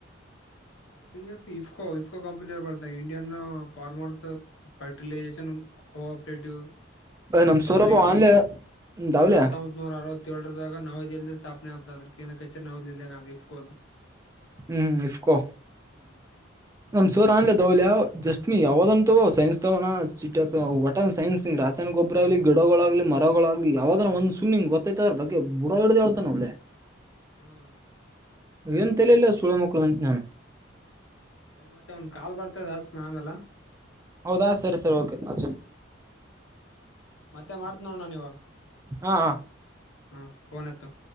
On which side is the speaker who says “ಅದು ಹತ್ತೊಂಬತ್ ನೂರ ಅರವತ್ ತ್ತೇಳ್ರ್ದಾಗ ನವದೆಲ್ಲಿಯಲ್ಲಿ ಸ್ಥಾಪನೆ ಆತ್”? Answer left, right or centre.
Left